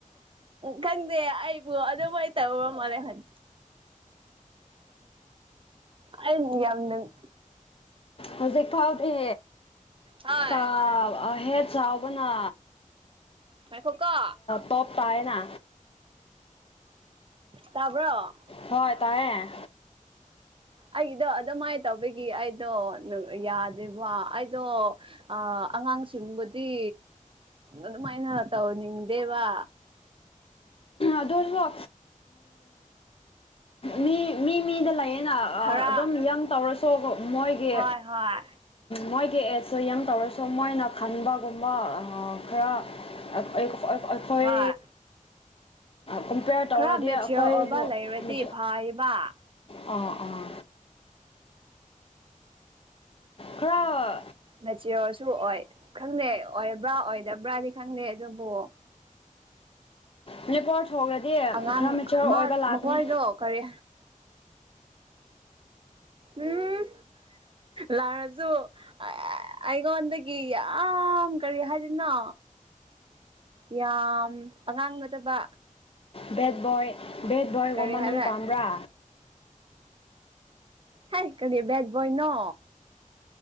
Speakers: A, on the right; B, on the left.
A: ꯈꯪꯗꯦ ꯑꯩꯕꯨ ꯑꯗꯨꯃꯥꯏ ꯇꯧ ꯃꯔ ꯍꯟ ꯑꯅꯤꯡ ꯌꯥ ꯌꯥꯝ ꯅꯪ
B: ꯍꯧꯖꯤꯛ ꯐꯥꯎꯥꯎꯗ
A: ꯍꯣꯏ
B: ꯐꯥꯎ ꯍꯦ ꯆꯥꯎꯕꯅ
A: ꯉꯥꯏꯈꯣꯀꯣ
B: ꯇꯣꯞ ꯇꯥꯏꯌꯦꯅ
A: ꯇꯥꯕ꯭ꯔꯣ
B: ꯍꯣꯏ ꯇꯥꯏꯌꯦ
A: ꯑꯩꯗꯣ ꯑꯗꯨꯃꯥꯏꯅ ꯇꯧꯕꯒꯤ ꯑꯩꯗꯣ ꯌꯥꯗꯦꯕ ꯑꯩꯗꯣ ꯑ ꯑꯉꯥꯡꯁꯤꯡꯕꯨꯗꯤ ꯑꯗꯨꯃꯥꯏꯅ ꯇꯧꯍꯟꯅꯤꯡꯗꯦꯕ
B: ꯑꯗ ꯐ ꯃꯤ ꯃꯤ ꯃꯤꯗ ꯂꯥꯏꯌꯦ ꯑꯩꯅ
A: ꯈꯔ
B: ꯑꯗꯨꯝ ꯌꯪ ꯇꯧꯔꯁꯨ ꯃꯣꯏꯒꯤ
A: ꯍꯣꯏ ꯍꯣꯏ
B: ꯃꯣꯏꯒꯤ ꯑꯦꯖ ꯁꯣꯏ ꯌꯪ ꯇꯧꯔꯁꯨ ꯃꯣꯏꯅ ꯈꯟꯕꯒꯨꯝꯕ ꯈꯔ ꯑꯩꯈꯣꯏ
A: ꯍꯣꯏ
B: ꯀꯝꯄꯤꯦꯌꯔ ꯇꯧꯔꯗꯤ
A: ꯈꯔ ꯃꯦꯆꯤꯌꯣꯔ
B: ꯑꯩꯈꯣꯏꯕꯨ
A: ꯑꯣꯏꯕ ꯂꯩꯔꯗꯤ
B: ꯃ
A: ꯐꯩꯕ
B: ꯑꯥ ꯑꯥ ꯍꯔꯣ
A: ꯃꯆꯤꯣꯁꯨ ꯑꯣꯏ ꯈꯪꯗꯦ ꯑꯣꯏꯕ꯭ꯔꯥ ꯑꯣꯏꯗꯕ꯭ꯔꯥꯗꯤ ꯈꯪꯗꯦ ꯑꯗꯨꯕꯨ
B: ꯃꯅꯤꯄꯣꯔ ꯊꯣꯡ꯭ꯔꯗꯤ
A: ꯑꯉꯥꯡ
B: ꯈꯔ ꯃꯦꯆꯣꯔ ꯑꯣꯏꯕ
A: ꯃꯥ
B: ꯂꯥꯛꯀꯅꯤ
A: ꯃꯈꯣꯏꯗꯣ ꯀꯔꯤ ꯎꯝ ꯂꯥꯖꯨ ꯑ ꯑꯩꯒꯣꯟꯗꯗꯒꯤ ꯌꯥꯝ ꯀꯔꯤ ꯍꯥꯏꯅꯣ ꯌꯥꯝ ꯑꯉꯥꯡ ꯅꯠꯇꯕ
B: ꯕꯦꯠ ꯕꯣꯏ ꯕꯦꯠ ꯕꯣꯏꯒꯨꯝꯕ
A: ꯀꯔꯤ ꯍꯥꯏꯕ꯭ꯔꯥ
B: ꯅꯪ ꯄꯥꯝꯕ꯭ꯔꯥ
A: ꯍꯥꯏ ꯀꯔꯤ ꯦꯠ ꯣꯏꯅꯣ